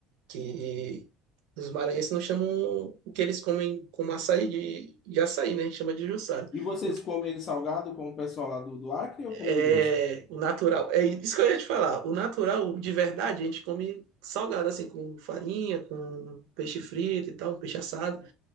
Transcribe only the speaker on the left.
E vocês
comem ele salgado, como o pessoal lá do, do Acre, ou
comem ele doce?